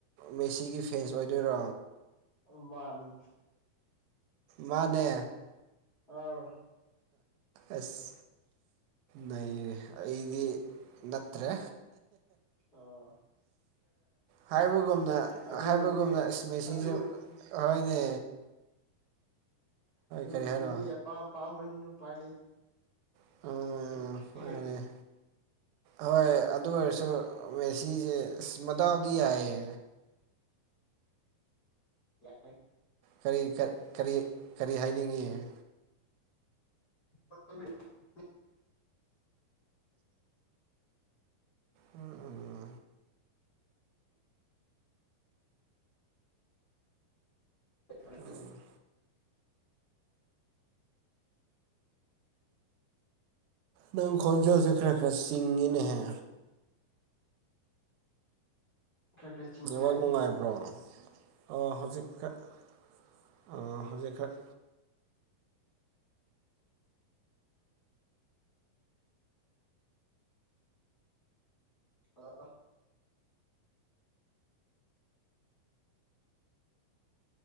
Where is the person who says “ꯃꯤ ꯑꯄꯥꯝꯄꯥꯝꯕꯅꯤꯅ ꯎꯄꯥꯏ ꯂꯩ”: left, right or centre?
Left